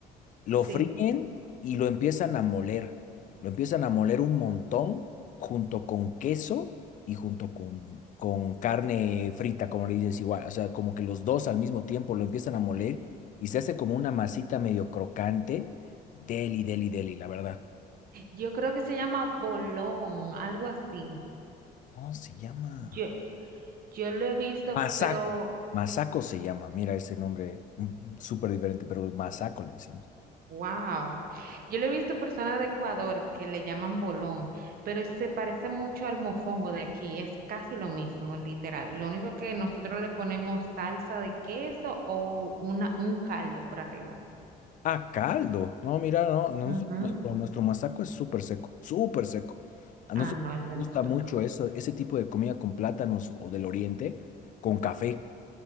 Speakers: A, on the left; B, on the right.
A: Lo
B: Sí.
A: fríen y lo empiezan a moler, lo empiezan a moler un montón junto con queso y junto con, con carne frita, como le dices igual, o sea, como que los dos al mismo tiempo lo empiezan a moler
B: Sí.
A: y se hace como una masita medio crocante, deli, deli, deli, la verdad.
B: Yo creo que se llama bolón, algo así.
A: No, se llama...
B: Yo, yo lo he visto,
A: Masaco.
B: pero
A: Masaco se llama. Mira ese nombre mm, súper diferente, pero Masaco le decimos.
B: Wow. Yo le he visto personas de Ecuador que le llaman bolón, pero se parece mucho al mofongo de aquí. Es casi lo mismo, literal. Lo único que nosotros le ponemos salsa de queso o una, un caldo por arriba.
A: Ah, caldo. No, mira, no. nos-
B: Ujú.
A: Nuestro, nuestro masaco es súper seco, súper seco. A nosotros
B: Ah, no, el
A: nos
B: de
A: gusta
B: nosotros
A: mucho
B: no.
A: eso, ese tipo de comida con plátanos o del oriente, con café.